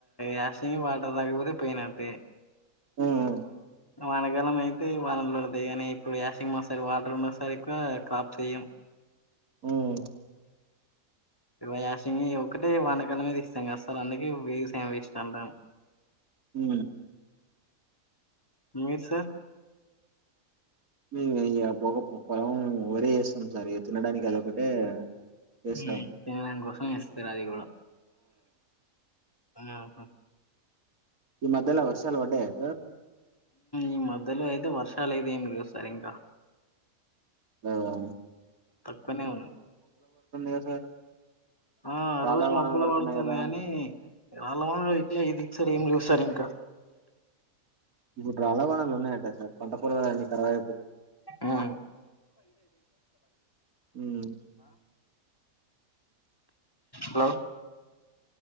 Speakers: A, on the left; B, on the right.
A: యాస వాటర్ రాకపోతే పోయినట్టే
B: మ్మ్
A: వానకాలం అయితే వానలుడతాయి కానీ ఇప్పుడు వాషింగ్ మసన్ వాటర్ ఉన్న సారి ఎక్కువ క్రాప్ చెయ్యం
B: మ్మ్
A: యాసి ఒకక్కటే వనకాలం మీది ఇస్తాం కదా సార్ అందుక వేస ఏమి వేస్ అంటాం
B: హ
A: అ మీ సార్
B: <unintelligible> వారి <unintelligible> తినడానికి అది ఒకటే చేస్తాం
A: ఉమ్, తినడం కోసం ఇస్తారు అది కూడా ఆహా
B: ఈ మధ్యల వర్షాలు వడ్డే సార్
A: ఈ మధ్యలో అయితే వర్షాలు అయితే ఏమి లే సరి ఇంకా
B: అవు
A: తక్కువనే ఉంది
B: కదా సార్
A: ఆ
B: రాళ్ళ
A: రోజు
B: వానలు
A: మబ్బులు
B: పడుతున్నాయి
A: పడుతుంది
B: కదా
A: కాని రాళ్ల ఇట్లా ఇదిసారు ఏం చ సరే అక
B: ఇప్పుడు రాలావణాలు ఉన్నాయటా సార్ పంటపరన్ని కరావ
A: మా
B: ఉమ్,
A: హలో